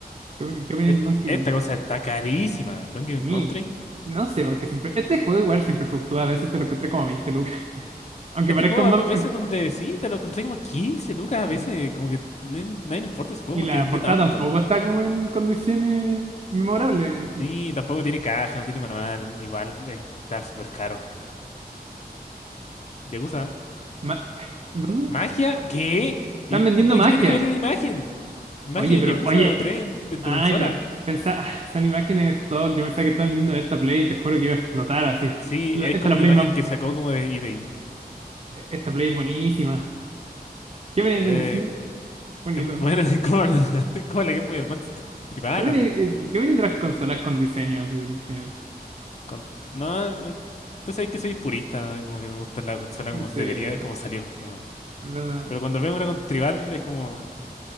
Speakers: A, on the right; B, on the left.
A: ¿Qué, qué opináis
B: Et-
A: de Donkey
B: esta
A: Kong?
B: cosa está carísima, Donkey
A: Sí,
B: Kong Country.
A: no sé, porque siempre. Este juego igual siempre fluctúa, a veces te lo encontré como a 20 lucas. <laughs> Aunque
B: Este
A: parezca
B: juego
A: un
B: a
A: mapa.
B: veces
A: aunque-
B: donde sí, te lo encontré como 15, lucas, a veces
A: sí.
B: como que nen- nadie le importa ese juego
A: Y
B: porque
A: la
B: vendió
A: portada
B: tanto.
A: tampoco está como en condiciones memorables. así.
B: Sí, tampoco tiene caja, no tiene manual. Igual eh, está súper caro. Yakuza.
A: Ma- <laughs> ¿Dónde?
B: ¿Magia? ¿Qué?
A: Están
B: ¿Y
A: vendiendo
B: y- qué
A: magia.
B: tiene que ver la imagen? ¿Magia
A: Oye, pero,
B: de Yakuza
A: oye.
B: 3 en, en
A: Ay,
B: tu consola?
A: pero. Pensá, <laughs> ah, son imágenes de stock. Yo pensaba que estaba vendiendo esta Play y te juro que iba a explotar así.
B: Sí,
A: La-
B: es
A: Esta
B: como
A: es la
B: una
A: Play
B: imagen
A: más.
B: que sacó como de eBay.
A: Esta Play es buenísima. ¿Qué viene
B: Eh,
A: del diseño? Bonito.
B: es muy buena, <laughs> es como la, es como la Game Boy Advance tribal,
A: ¿Qué viene,
B: así.
A: es- qué viene de las consolas con diseño así en general?
B: Con- no, eh, tú sabes que soy purista, como que me gusta la consola
A: Dice.
B: como debería, como salió, nomás.
A: ¿Verdad?
B: Pero cuando veo una con tribal es como,